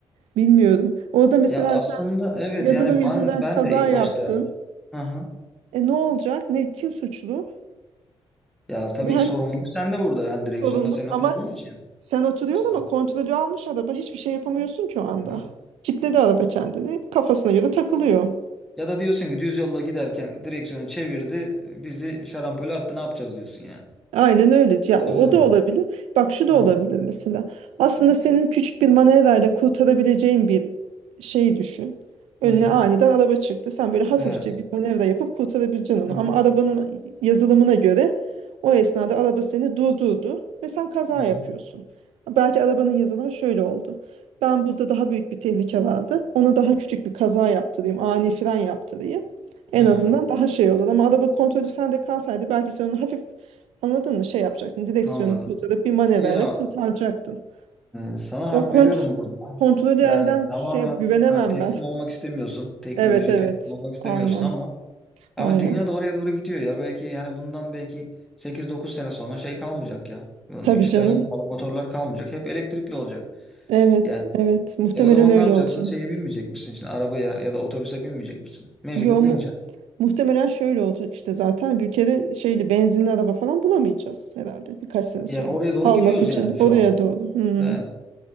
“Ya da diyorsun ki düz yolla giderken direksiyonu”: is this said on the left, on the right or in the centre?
Centre